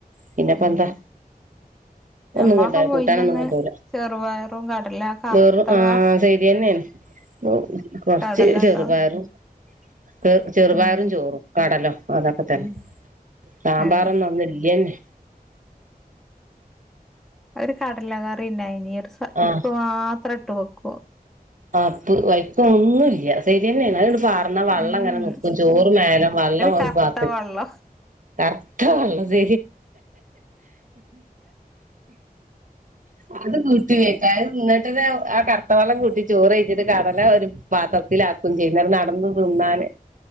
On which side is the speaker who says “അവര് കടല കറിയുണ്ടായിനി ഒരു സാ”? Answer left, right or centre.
Centre